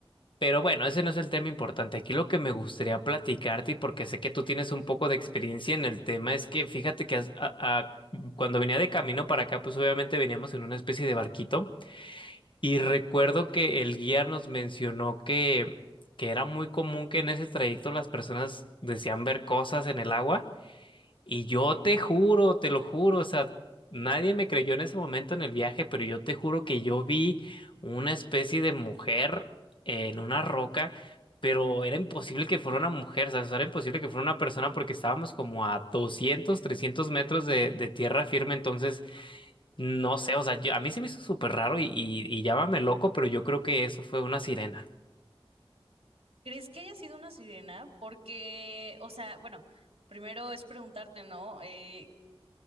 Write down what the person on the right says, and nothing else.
¿Crees que haya sido una sirena? Porque, o sea, bueno, primero es preguntarte, ¿no? Eh,